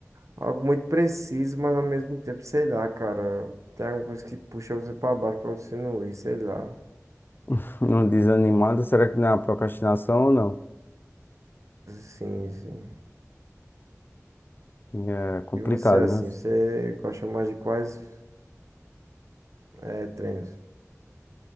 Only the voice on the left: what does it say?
<laughs> Não desanimado, será que não é uma procrastinação ou não?
É complicado,
né?